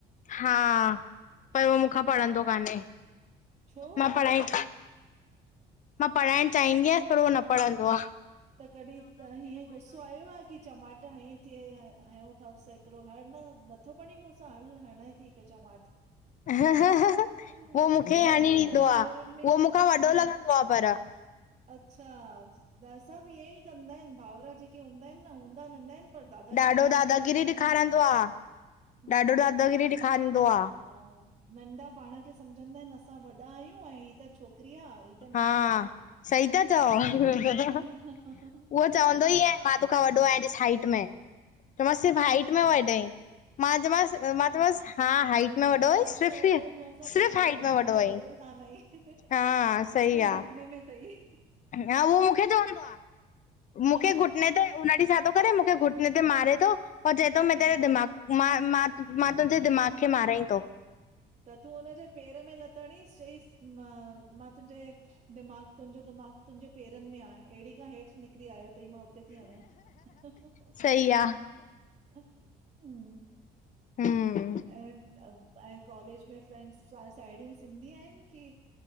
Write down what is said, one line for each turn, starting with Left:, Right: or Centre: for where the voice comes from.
Left: हा, पर उहो मूंखां
Right: अच्छा
Left: पढ़ंदो कान्हे।
Right: छो?
Left: मां पढ़ाई मां पढ़ाइण चाहींदी आहियसि, पर उहो न पढ़ंदो आ।
Right: त कॾीं त हीअं गुस्सो आयो आ, की चमाट हई थि हययों तसि, हिकिड़ो हर न नथो <unintelligible> हणें थी हिके चमाट
Left: उहो
Right: जीअं
Left: मूंखे हणी
Right: भाउर
Left: ॾींदो
Right: भेनरुनि
Left: आ,
Right: में
Left: उहो मूंखां वॾो
Right: जीअं
Left: लॻंदो आ पर
Right: अच्छा, द सभ ईअं ई कंदा आहिनि भाउर जेके हूंदा आहिनि न, हूंदा नंढा आहिनि पर दादागिरी
Left: ॾाढो
Right: पंहिंजी
Left: दादागिरी
Right: अहिड़ी जमाईंदा
Left: ॾेखारंदो
Right: आहिनि
Left: आ,
Right: हम्म।
Left: ॾाढो दादागिरी ॾेखारीईंदो आ
Right: हा नंढा पाण खे समझंदा आहिनि असां वॾा आहियूं ऐं हीअ त छोकिरी आ, हीअ त
Left: हा,
Right: नंढी आ।
Left: सही था चओ।
Right: हं हं
Left: उहो चवंदो ई आहे मां तोखां वॾो आयां ॾिस हाइट में त मां सिर्फ़ हाइट में वॾो आएं, मां चयोमास मां चयोमांस, हा हाइट में वॾो
Right: हाइट
Left: आहीं सिर्फ़
Right: में वॾो थियण सां छा
Left: सिर्फ़
Right: थींदो,
Left: हाइट
Right: दिमाग़ में
Left: आहीं,
Right: वॾो त कान आईं।
Left: हा सही
Right: अकुल
Left: आ,
Right: घुटने में तई।
Left: हा उहो मूंखे चवंदो आ,
Right: हा,
Left: मूंखे घ हुन ॾींहुं छा थो करे, मूंखे घुटन ते मारे थो और चए थो
Right: हा।
Left: मैं तेरे दिमाग़ मां, मां मां तुंहिंजे दिमाग़ खे मारायएं थो।
Right: त तूं हुनजे पेर में लत हणीस, चईसि मां, मां तुंहिंजे दिमाग़ तुंहिंजो, दिमाग़ तुंहिंजे पैरनि में आ ऐडी खां हेठि निकिरी आयो तई मां उते थी हणएं। <unintelligible>
Left: सही आ हम्म
Right: कॉलेज में फ्रेंंड्स साहेड़ियूं सिंधी आहिनि की